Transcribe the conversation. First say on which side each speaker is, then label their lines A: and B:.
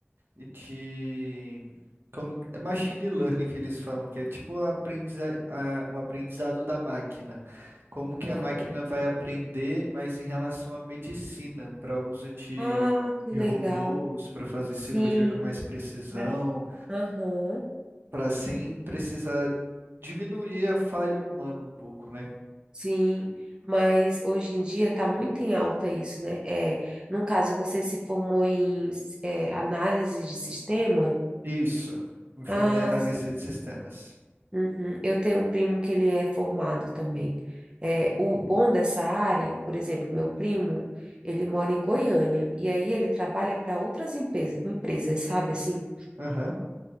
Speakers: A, on the right; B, on the right.
A: e de como que- é machine learning que eles falam, que é tipo a aprendiza- a- o aprendizado da máquina. Como que
B: aham.
A: a máquina vai aprender, mas em relação à medicina, para uso de,
B: Ah, que
A: de
B: legal.
A: robôs, para fazer
B: Sim,
A: cirurgia com mais precisão,
B: pra- Aham,
A: para sem precisar diminuir a falha humana um pouco, né?
B: sim, mas hoje em dia está muito em alta isso, né? É, no caso, você se formou em é, análise de sistema?
A: Isso. Me formei
B: Ah,
A: em analista
B: sim.
A: de sistemas.
B: Uhum. Eu tenho um primo que ele é formado também. É, o bom dessa área, por exemplo, meu primo, ele mora em Goiânia, e aí ele trabalha para outras empresa- empresas, sabe assim?
A: Aham.